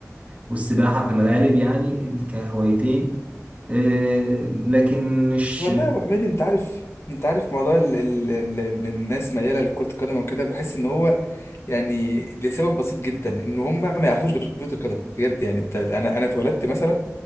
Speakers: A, on the right; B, on the left.
A: والسباحة في الغالب يعني كهوايتين آه، لكن مش
B: والله يا ابو حميد انت عارف انت عارف موضوع ال ال ال ال الناس مياله لكره القدم وكده بحس ان هو يعني لسبب بسيط جدا ان هم ما يعرفوش غير كره القدم بجد يعني انت انا انا اتولدت مثلا